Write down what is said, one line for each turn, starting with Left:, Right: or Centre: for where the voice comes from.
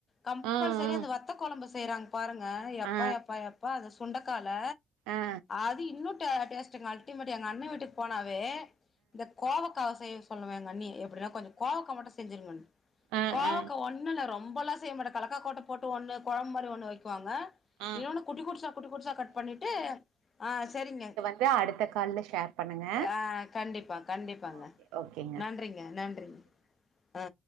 Left: கம்பல்சரி
Right: ஆ ஆ
Left: அந்த வத்த கொழம்பு செய்யறாங்க பாருங்க எப்பா
Right: ஆ
Left: எப்பா எப்பா அது சுண்டைக்கல
Right: ஆ
Left: அது இன்னு டே டேஸ்ட் ங்க அல்டிமேட் எங்க அண்ணன் வீட்டுக்கு போனாவே இந்த கோவக்கவ செய்ய சொல்லுவே எங்க அண்ணியே எப் அப்டின்னா கொஞ்சோ கோவக்கா மட்டு செஞ்சிருங்கனு
Right: ஆ
Left: கோவக்க
Right: ஆ ஆ
Left: ஒண்ணு இல்ல ரொம்பெல்லா செய்ய மாட்டே கலக்காக்கோட்டை போட்டு ஒண்ணு கொழம்பு மாரி ஒண்ணு வைகுவாங்க
Right: ஆ.
Left: இன்னொன்னு குட்டி குட்டிச்சா குட்டி குட்டிச்சா கட் பண்ணிட்டு ஆ செரிங்க
Right: இன்னு அடுத்த கால ஷேர் பண்ணுங்க
Left: ஆ கண்டிப்பா கண்டிப்பாங்க
Right: ஓகே ஓகேங்க
Left: நன்றிங்க நன்றிங்க ஆ